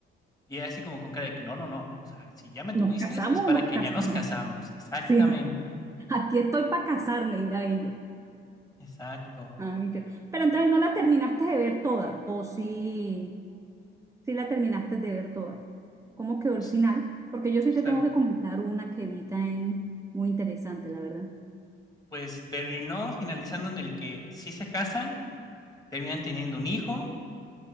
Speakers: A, on the left; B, on the right.
A: Y ella así como con cara de que no, no, no, o sea, si ya me tuviste
B: ¿Nos casamos
A: es para
B: o nos
A: que
B: casamos?
A: ya nos casamos, exactamente,
B: Sí. <laughs> Aquí estoy para casarme, dirá ella.
A: exacto.
B: Ah, inter- Pero entonces no la terminaste de ver toda, o sí, sí la terminaste de ver toda. ¿Cómo quedó el
A: O
B: final?
A: s-
B: Porque yo sí
A: o sea,
B: te tengo que comentar una que vi en muy interesante, la verdad.
A: pues terminó finalizando en el que sí se casan, terminan teniendo un hijo,